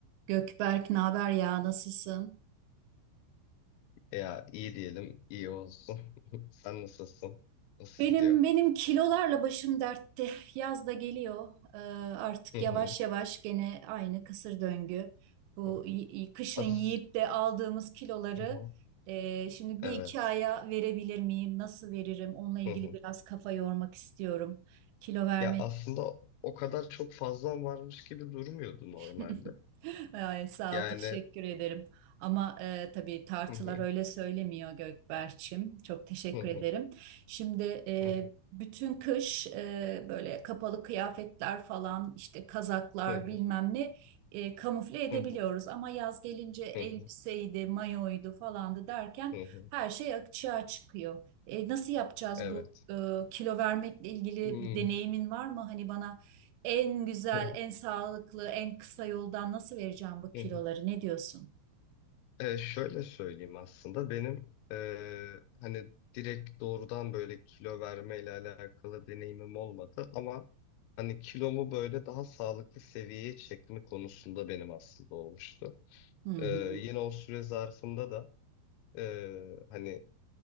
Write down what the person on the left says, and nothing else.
Ya iyi diyelim, iyi olsun. <laughs> Sen nasılsın? Nasıl
gidiyor?
Hı
hı.
hı hı.
As
hı hı.
Evet.
Hı hı.
Ya aslında o kadar çok fazla varmış gibi durmuyordu normalde.
Yani
hı hı.
Hı hı.
Hı hı.
Hı hı.
Hı hı.
Hı hı.
Hı hı.
Evet.
Hmm.
Hı
hı. <laughs>
E, şöyle söyleyeyim aslında benim e, hani direkt doğrudan böyle kilo vermeyle alakalı deneyimim olmadı ama hani kilomu böyle daha sağlıklı seviyeye çekme konusunda benim aslında olmuştu.
E, yine o süre zarfında da e, hani